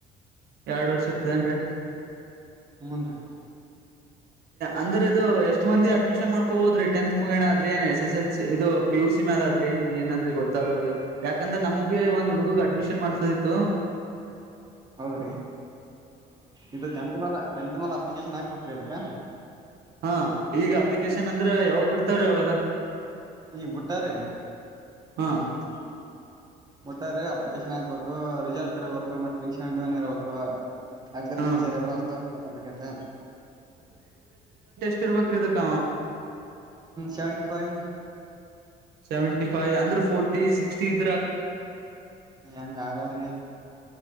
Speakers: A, on the right; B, on the right.
A: ಎರಡು ವರ್ಷ ಇರ್ತದೇನ್ರಿ
B: ಒನ್ <inaudible>
A: ಅಂದ್ರೆ ಇದು ಎಷ್ಟ್ ಮಂದಿ ಅಡ್ಮಿಷನ್ ಮಾಡ್ಕೋ ಹೋದ್ರಿ ಟಂತ್ ಮುಗಣ ಆದ್ರ ಏನ ಎಸ್ ಎಲ್ ಸಿ ಇದು ಪಿ ಯು ಸಿ ಮೇ ಅದ್ರೀ ಏನ್ರ ಗೊತ್ತಾಗಲ್ಲ ಯಾಕಂದ್ರೆ ನಮ ಬಿ ಒ್ ಹುಡುಗಗ್ ಅಡ್ಮಿಷನ್ ಮಾಡ್ ಸತ
B: ಹೌದ್ರಿ ಇದು ಚೆಂತಮಾಲ ಚೆಂತಮಾಲ ಅಪ್ಲಿಕೇಶನ್ ಆಗ್ಬೇಕ್ರಿ ಅದಕ್ಕ
A: ಹಾ ಈಗ ಅಪ್ಲಿಕೇಶನ್ ಅಂದ್ರೆ ಯಾವಾಗ್ ಬಿಡ್ತಾವ್ರೀ ಅವೆಲ್ಲ
B: ಈ ಬುಟ್ಟಾರೆ
A: ಹಾ
B: <inaudible> ಮೊಟ್ಟಾರ ಅಪ್ಲಿಕೇಶನ್ ಆಾಕ್ಬೇಕು ರಿಸಲ್ಟ್ ಇರ್ಬೇಕು ಮತ್ ರೀಷೆಂಟ್ ಒನ್ ಇರಬೇಕು ಅಗ್ರಿಕಲ್ಚರ್ರ
A: ಹಾ
B: ವಕ್ ಸರ್ಟಿಫಿಕಟ್
A: ಇರ್ಬೇಕ್ರ ಇದಕ್ಕ
B: ಸೆವೆಂಟಿ ಫೈವ್
A: ಸೆವೆಂಟಿಫೈವ ಅಂದ್ರ ಫೋರ್ಟಿ ಸಿ <inaudible> ಸ <inaudible>
B: ಹೆಂಗ ಆಗಲ್ರಿ